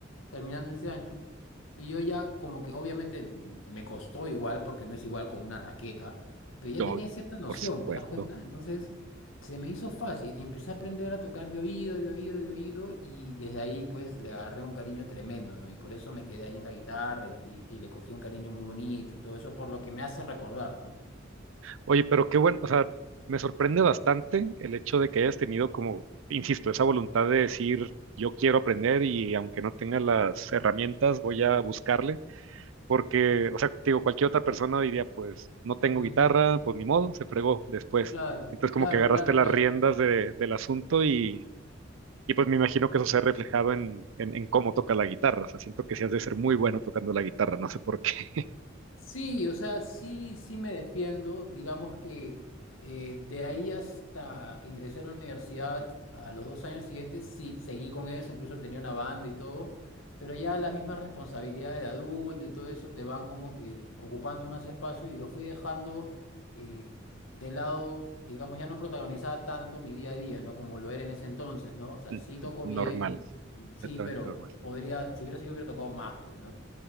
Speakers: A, on the left (about 85°); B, on the right (about 75°).
A: terminando ese año, y yo ya como que obviamente n- me costó igual, porque no es igual con una raqueta, pero ya
B: Yo,
A: tenía cierta noción,
B: por supuesto.
A: ¿te das cuenta? Entonces se me hizo fácil y empecé a aprender a tocar de oído, de oído, de oído, y desde ahí pues le agarré un cariño tremendo, ¿no? Y por eso me quedé ahí en la guitarra y, y- y le cogí un cariño muy bonito y todo eso por lo que me hace recordar, ¿no?
B: Oye, pero qué bueno. O sea, me sorprende bastante el hecho de que hayas tenido como, insisto, esa voluntad de decir, yo quiero aprender y aunque no tenga las herramientas, voy a buscarle. Porque, o sea, te digo, cualquier otra persona diría, pues, no tengo
A: Mm.
B: guitarra, pues ni modo, se fregó después.
A: Claro,
B: Entonces,
A: claro,
B: como que agarraste
A: claro,
B: las
A: claro.
B: riendas de- del asunto y, y, pues me imagino que eso se ha reflejado en, en, en cómo toca la guitarra. O sea, siento que sí has de ser muy bueno tocando la guitarra, no sé por qué.
A: Sí, o sea, sí, sí me defiendo. Digamos que eh, de ahí hasta que ingresé a la universidad, a los dos años siguientes, sí, seguí con eso, incluso tenía una banda y todo, pero ya las mismas responsabilidades de adulto y todo eso te van como que ocupando más espacio y lo fui dejando eh, de lado, digamos, ya no protagonizaba tanto mi día a día, ¿no? Como lo era en ese entonces, ¿no? O sea,
B: <laughs>
A: sí toco
B: Normal,
A: bien, sí,
B: completamente
A: pero
B: normal.
A: podría, si hubiera sido, hubiera tocado más, pues, ¿no?